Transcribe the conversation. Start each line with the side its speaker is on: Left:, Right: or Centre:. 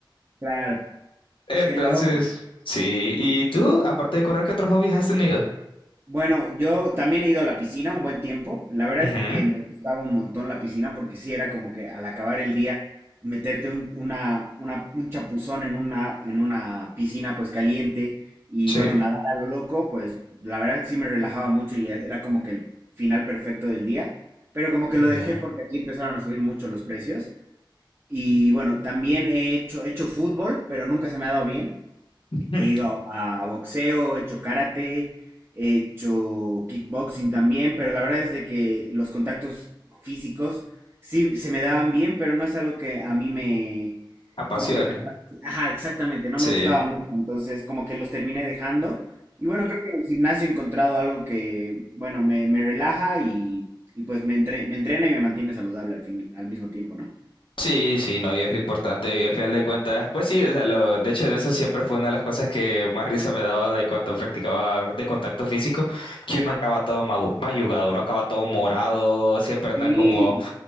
Right: Claro,
Left: Entonces,
Right: qué loco.
Left: sí. ¿Y tú, aparte de correr, qué otros hobbies has tenido?
Right: Bueno, yo también he ido a la piscina un buen tiempo. La verdad
Left: Ujú,
Right: es que me gustaba un montón la piscina porque sí era como que al acabar el día meterte un, una, una- un chapuzón en una, en una piscina pues caliente y
Left: Sí.
Right: bueno, nadar a lo loco, pues la verdad sí me relajaba mucho y era como que el final perfecto del día. Pero como que
Left: Bien.
Right: lo dejé porque aquí empezaron a subir mucho los precios. Y bueno, también he hecho, he hecho fútbol, pero nunca se me ha dado bien.
Left: Ujú.
Right: He ido a, a boxeo, he hecho karate, he hecho kickboxing también, pero la verdad es de que los contactos físicos sí se me daban bien, pero no es algo que a mí me,
Left: Apasiona.
Right: como que me, fasc- ajá, exactamente, no
Left: Sí.
Right: me gustaba mucho, entonces como que los terminé dejando. Y bueno, creo que en el gimnasio he encontrado algo que, bueno, me, me relaja y, y pues me, entre- me entrena y me mantiene saludable al fin, al mismo tiempo, ¿no?
Left: Sí, sí, no, y es lo importante, y al final de cuentas, pues sí, o sea, lo, de hecho, de eso siempre fue una de las cosas que más risa me daba de cuando practicaba de contacto físico, que
Right: Ajá.
Left: uno acaba todo magu- mayugado, uno acaba todo morado, siempre anda
Right: Sí,
Left: como